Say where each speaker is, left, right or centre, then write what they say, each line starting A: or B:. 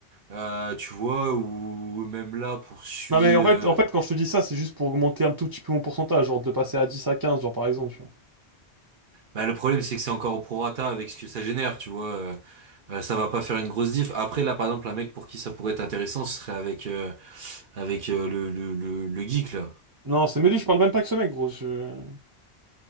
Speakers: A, on the right (about 55°); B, on the right (about 30°).
A: euh, tu vois, ou même là poursuit.
B: Non mais en fait,
A: Euh...
B: en fait, quand je te dis ça, c'est juste pour augmenter un tout petit peu mon pourcentage, genre de passer à 10 à 15 genre par exemple,
A: Bah, le problème c'est que c'est encore au prorata avec ce que ça génère, tu vois. euh, euh, ça va pas faire une grosse diff. Après là, par exemple, un mec pour qui ça pourrait être intéressant, ce serait avec euh, avec euh, le, le le le geek là.
B: Non, c'est mais lui, je parle même pas avec ce mec, gros. Je...